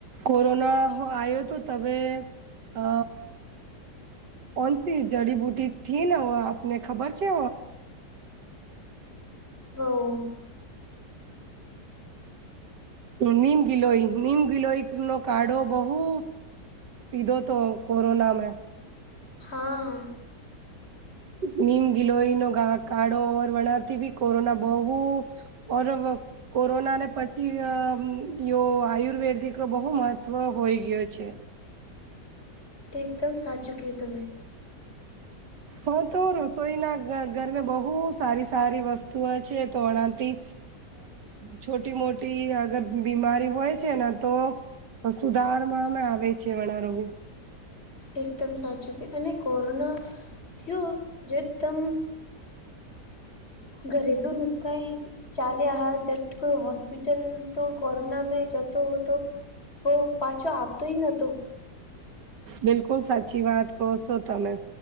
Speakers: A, on the right; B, on the left.
A: કોરોના આવ્યો તો તમે અ કોનથી જડીબુટી થી ને આપને ખબર છે.
B: બહ
A: નીમ ગિલોઈ નીમ ગિલોઈ નો કાઢો બહુ પીધો હતો કોરોના મે
B: હા.
A: નીમ ગિલોઈનો કાળો વણાતી બી કોરોના બહુ અરે બો કોરોના ને પછી આયુર્વેદ બહુ મહત્વ થઈ ગયો છે.
B: એકદમ સાચુ કીધું તમે
A: હા, તો રસોઈના ઘરમાં બહુ સારી-સારી વસ્તુઓ છે, તો તાણી છોટી મોટી અગર બીમારી હોય છે, ને તો તો સુધારમાં અમે આવે છે, વધારો
B: એકદમ સાચું કે અને કોરોના થયો જે એકદમ ઘરેલું નુસ્કાં ચાલે આ જટકો કોઈ હોસ્પિટલમાં તો કોરોનામાં જતો હતો. હો, પાછો આવતોય નહતો.
A: બિલકુલ સાચી વાત કહો છો, તમે.